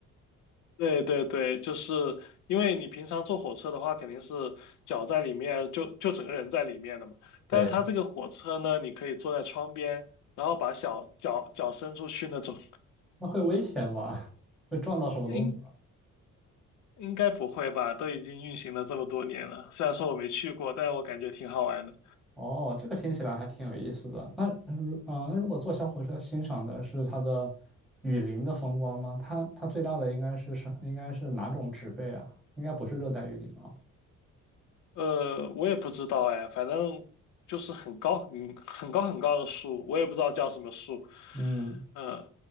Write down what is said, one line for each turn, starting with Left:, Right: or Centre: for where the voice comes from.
Left: 对对对，就是因为你平常坐火车的话，肯定是脚在里面，就就整个人在里面的嘛。但是它这个火车呢，
Centre: 对，
Left: 你可以坐在窗边，然后把小脚脚伸出去那种。
Centre: 那会危险吗？<laughs> 会撞到什么东西？
Left: 应应该不会吧？都已经运行了这么多年了，虽然说我没去过，但是我感觉挺好玩的。
Centre: 哦，这个听起来还挺有意思的。那如啊、那如果坐小火车欣赏的是它的雨林的风光吗？它它最大的应该是什？应该是哪种植被啊？应该不是热带雨林啊。
Left: 呃，我也不知道哎，反正就是很高很很高很高的树，我也不知道叫什么树。
Centre: 嗯，
Left: 嗯，